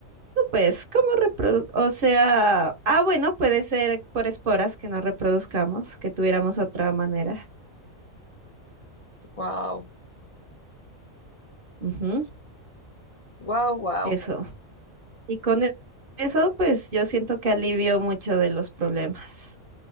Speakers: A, on the right (about 50°); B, on the left (about 55°).
A: Pues, ¿cómo reproduc? O sea, ah, bueno, puede ser por esporas que no reproduzcamos, que tuviéramos otra manera.
B: Wow,
A: Ujú,
B: wow, wow.
A: Eso. Y con e- eso, pues yo siento que alivio mucho de los problemas